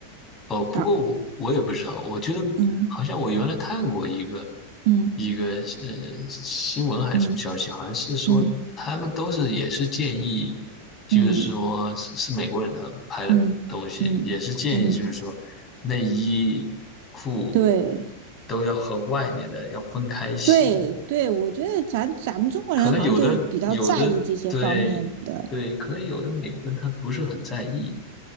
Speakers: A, on the left; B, on the right.
A: 哦，不过我我也不知道，
B: 然后
A: 我觉得好像我原来看过一个
B: 嗯嗯
A: 一个呃新闻还是什么消息，
B: 嗯
A: 好像是说他们都是也是建议，
B: 嗯
A: 就是说是是美国人的拍的东西，
B: 嗯嗯嗯嗯，
A: 也是建议就是说内衣裤
B: 对
A: 都要和外面的要分开洗，
B: 对对，我觉得咱咱们中国人好像就比较在意这些方面的。
A: 可能有的有的对对，可能有的美国人他不是很在意，